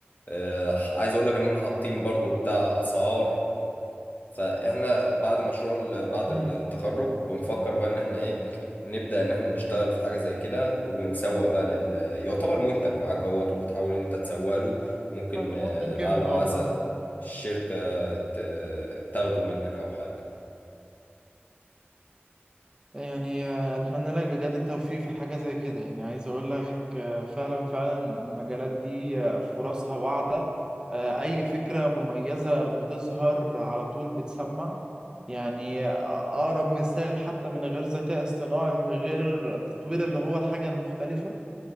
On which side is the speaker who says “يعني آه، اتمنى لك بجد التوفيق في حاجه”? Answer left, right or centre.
Right